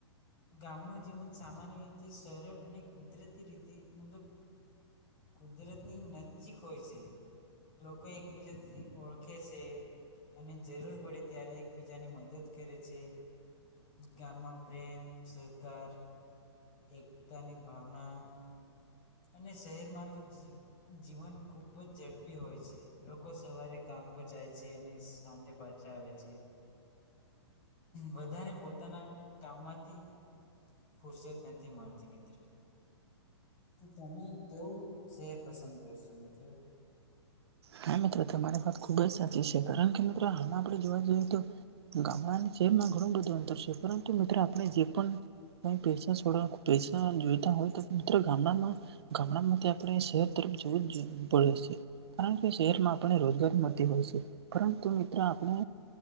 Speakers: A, on the left; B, on the right.
A: ગામનું જીવન સામાન્ય રીતે સરળ અને કુદરતી રીતે મતલબ કુદરતની નજીક હોય છે. લોકો એકબીજાથી ઓળખે છે, અને જરૂર પડે ત્યારે એકબીજાની મદદ કરે છે. ગામમાં પ્રેમ સરકાર એકતા ની ભાવના અને શહેરમાં તો જ જી જીવન ખૂબ જ ઝડપી હોય છે. લોકો સવારે કામ પર જાય છે અને સાંજે પાછા આવે છે, બધાને પોતાના કામમાંથી ફુરસત ન થી મળતી મિત્ર. તો તમે કેવું શહેર પસંદ કરશો મિત્ર?
B: હા મિત્ર તમારી વાત ખુબ જ સાચી છે. કારણ કે મિત્ર હાલમાં આપણે જોવા જઈએ તો ગામડા અને શહેરમાં ઘણું બધું અંતર છે પરંતુ મિત્રો આપણે જે પણ કાઈ પૈસા સોડા પૈસા જોઈતા હોય તો મિત્ર ગામડામાં ગામડામાંથી આપણે શહેર તરફ જવું જ પડે છે. કારણ શહેરમાં આપને રોજગાર મળતી હોય છે પરંતુ મિત્ર આપણે